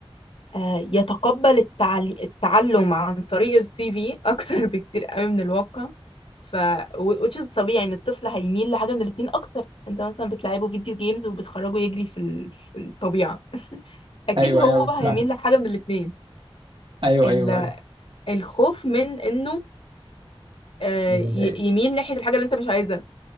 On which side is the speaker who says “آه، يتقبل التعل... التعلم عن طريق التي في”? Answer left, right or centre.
Left